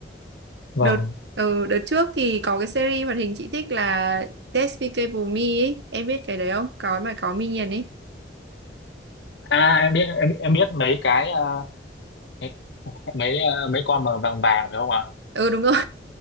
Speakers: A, on the left; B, on the right.
A: vâng
B: đợt ừ, đợt trước thì có cái series hoạt hình chị thích là Despicable Me ấy. Em biết cái đấy không? Có mà có Minion ấy.
A: À em biết em, em biết mấy cái ờ, mấy mấy ờ, mấy con mà vàng vàng phải không ạ?
B: Ừ đúng rồi,